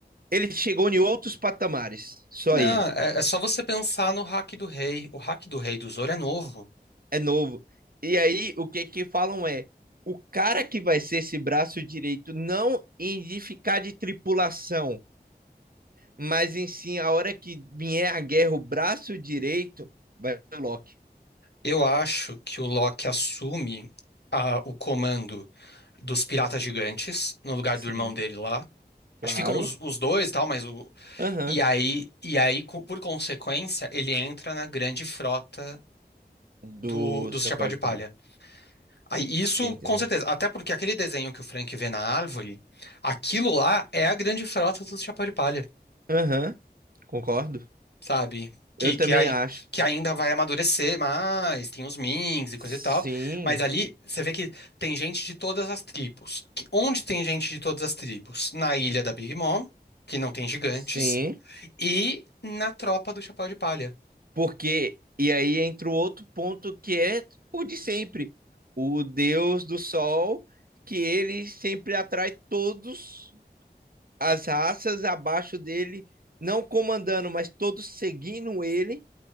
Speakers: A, on the right; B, on the left.
A: Ele chegou em outros patamares, só
B: Não,
A: ele.
B: é, é só você pensar no hack do rei. O hack do rei do Zoro é novo.
A: É novo. E aí, o que que falam é, o cara que vai ser esse braço direito, não em de ficar de tripulação, mas em sim, a hora que vier a guerra, o braço direito vai ser o Loki.
B: Eu acho que o Loki assume a- o comando dos piratas gigantes, no lugar
A: Sim,
B: do irmão dele lá.
A: claro.
B: Acho que ficam os, os dois e tal, mas o...
A: Aham.
B: E aí, e aí, co- por consequência, ele entra na grande frota
A: Do
B: do, dos
A: Chapéu
B: Chapéu de
A: de
B: Palha.
A: Palha.
B: Aí, Isso,
A: Você entendeu?
B: com certeza. Até porque aquele desenho que o Frank vê na árvore, aquilo lá é a grande frota do Chapéu de Palha,
A: Aham, concordo.
B: sabe? Que,
A: Eu também
B: que, ai-
A: acho.
B: que ainda vai amadurecer mais, tem os Minks e
A: Sim,
B: coisa e tal. Mas ali você vê que tem gente de todas as tribos. Que- onde tem gente de todas as tribos? Na ilha da Big Mom, que não tem gigantes,
A: sim.
B: e na tropa do Chapéu de Palha.
A: Porque, e aí entra o outro ponto que é o de sempre. O deus do sol, que ele sempre atrai todos as raças abaixo dele, não comandando, mas todos seguindo ele